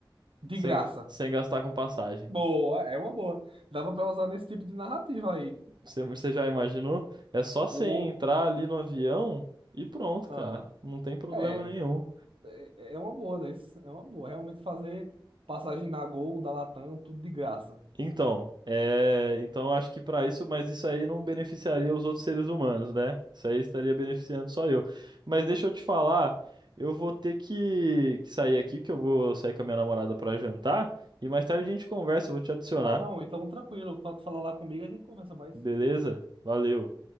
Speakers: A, on the right (about 90°); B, on the right (about 55°).
A: de
B: sem,
A: graça.
B: sem gastar com passagem.
A: Boa, é uma boa. Dava pra usar nesse tipo de narrativa aí.
B: Você você já imaginou? É só você
A: Pô,
B: entrar ali no avião e pronto,
A: ah,
B: cara. Não tem problema
A: é,
B: nenhum.
A: é é uma boa, né? Isso É uma boa. Realmente fazer passagem na Gol, da Latam, tudo de graça.
B: Então, é, então acho que para isso, mas isso aí não beneficiaria os outros seres humanos, né? Isso aí estaria beneficiando só eu. Mas deixa eu te falar, eu vou ter que, que sair aqui, que eu vou sair com a minha namorada para jantar e mais tarde a gente conversa, eu vou te adicionar,
A: Não, não, então tranquilo. Quando tu falar lá comigo, a gente conversa mais.
B: beleza? Valeu.